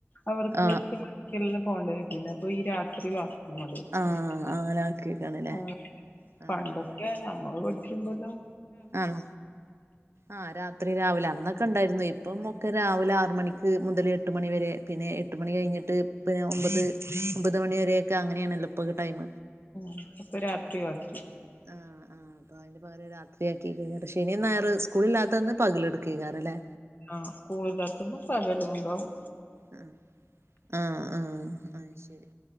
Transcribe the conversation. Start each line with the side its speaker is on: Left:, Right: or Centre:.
Left: അവർക്ക്
Right: ആഹ്
Left: എട്ട് മണിക്കെല്ലാം പോകേണ്ടി വരണ്ട് അപ്പൊ ഈ രാത്രി <unintelligible>
Right: ആഹ് അങ്ങനെ ആക്കിക്കാണല്ലേ
Left: ആഹ്
Right: ആഹ്
Left: പണ്ടൊക്കെ ഞമ്മള് പഠിക്കുമ്പല്ലോം
Right: ആണോ ആഹ് രാത്രി രാവിലെ അന്നൊക്കെ ഇണ്ടായിരുന്നു ഇപ്പം ഒക്കെ രാവിലെ ആറ് മണിക്ക് മുതൽ എട്ട് മണിവരെ പിന്നെ എട്ട് മണി കഴിഞ്ഞിട്ട് പിന്നെ ഒമ്പത് ഒമ്പത് മണി വരെക്കെ അങ്ങനെയണല്ലോ ഇപ്പക്കുടൈം
Left: ഉം അപ്പൊ രാത്രി ആക്കി
Right: ആഹ് ആഹ് അപ്പൊ അതിന്റെ പകരം രാത്രിയാക്കി കഴിഞ്ഞ ശനി ഞായറും സ്കൂളില്ലാത്തന്ന് പകൽ ഇട്ക്കു ഏക്കാരല്ലേ
Left: ആഹ് സ്കൂളിലത്തുമ്പോ പകലും ഇണ്ടാവും
Right: ആഹ് ആഹ് ആഹ് ആഹ് ശരി